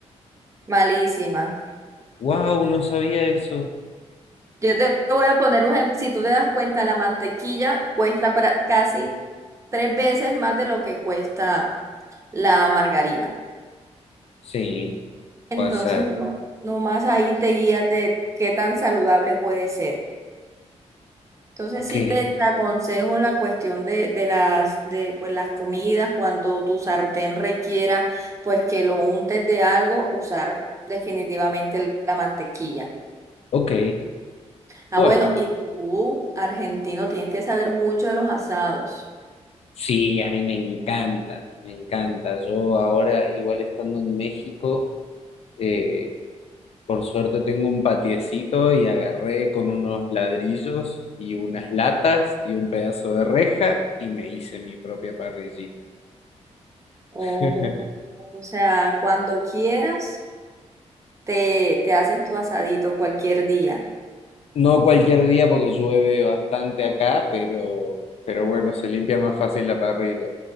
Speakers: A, on the right; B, on the left.
A: Malísima.
B: Wow, no sabía eso.
A: Yo te voy a poner un ejemplo, si tú te das cuenta, la mantequilla cuesta pra- casi tres veces más de lo que cuesta la margarina.
B: Sí,
A: Entonces,
B: puede ser.
A: no, nomás ahí te guías de qué tan saludable puede ser. Entonces,
B: Ok,
A: sí te, te aconsejo la cuestión de, de las, de, pues, las comidas, cuando tu sartén requiera, pues que lo untes de algo, usar definitivamente la mantequilla.
B: ok.
A: Ah,
B: Bueno.
A: bueno, y tú, argentino, tienes que saber mucho de los asados.
B: Sí, a mí me encanta, me encanta. Yo ahora, igual estando en México, eh, por suerte tengo un patiecito y agarré con unos ladrillos y unas latas y un pedazo de reja y me hice mi propia parrillita.
A: O,
B: <laughs>
A: o sea, cuando quieras, te, te haces tu asadito cualquier día.
B: No cualquier día porque llueve bastante acá, pero, pero bueno, se limpia más fácil la parrilla.